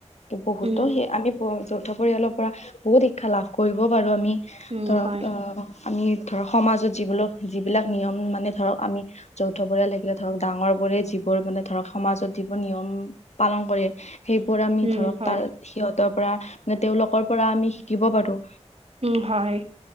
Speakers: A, on the left (about 65°); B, on the right (about 55°).
A: বহুতো
B: উম
A: সেই আমি যৌথ পৰিয়ালৰ পৰা বহুত শিক্ষা লাভ কৰিব পাৰোঁ আমি।
B: উম
A: ধৰ
B: হয়
A: অ' আমি ধৰক সমাজত যিবিলাক যিবিলাক নিয়ম মানে ধৰক আমি যৌথ পৰিয়াল সেই ধৰক ডাঙৰ বোৰে যিবোৰ মানে ধৰক সমাজত যিবোৰ নিয়ম পালন কৰে। সেইবোৰৰ, আমি
B: উম
A: ধৰক
B: হয়
A: তাৰ সিহঁতৰ পৰা মানে তেওঁওলোকৰ পৰা আমি শিকিব পাৰোঁ।
B: উম, হয়।